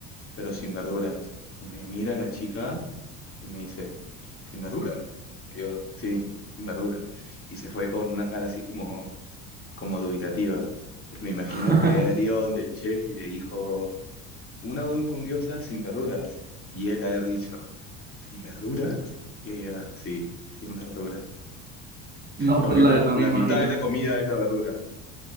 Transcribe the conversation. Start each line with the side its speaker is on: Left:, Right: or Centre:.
Left: pero sin verduras. Y me mira la chica y me dice, ¿sin verduras? Y yo, sí, sin verduras. Y se fue con una cara así como, como dubitativa. Entonces me imagino
Right: <laughs>
Left: que era donde el chef y le dijo, una udon con gyoza sin verduras. Y él ha de haber dicho, ¿sin verduras? Y ella, sí, sin verduras.
Right: No,
Left: Como
Right: pues
Left: que
Right: la
Left: la,
Right: verdad
Left: la
Right: me imagino.
Left: mitad de la comida es la verdura.